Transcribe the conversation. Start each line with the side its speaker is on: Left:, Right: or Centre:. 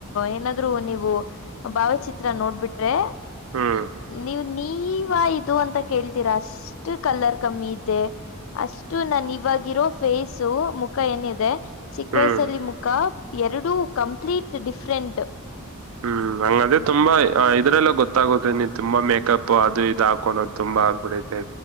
Left: ಏನಾದ್ರು ನೀವು ಭಾವಚಿತ್ರ ನೋಡ್ಬಿಟ್ರೆ
Right: ಹ್ಮ್
Left: ನೀವ್ ನೀವ ಇದು ಅಂತ ಕೇಳ್ತೀರಾ ಅಷ್ಟು ಕಲರ್ ಕಮ್ಮಿ ಇದ್ದೆ. ಅಷ್ಟು ನನ್ ಇವಾಗಿರೋ ಫೇಸು ಮುಖ ಏನಿದೆ ಚಿಕ್ಕ
Right: ಹ್ಮ್
Left: ವಯಸ್ಸಲ್ಲಿ ಮುಖ ಎರಡು ಕಂಪ್ಲೀಟ್ ಡಿಫ್ರೆಂಟ್.
Right: ಹ್ಮ್ ಹಂಗದೇ ತುಂಬಾ ಇದ್ರಲ್ಲ ಗೊತ್ತಾಗುತ್ತೆ ನೀ ತುಂಬಾ ಮೇಕಪ್ ಅದು ಇದು ಹಾಕೋಣೋದು. ತುಂಬಾ ಆಗ್ಬಿಡತೆ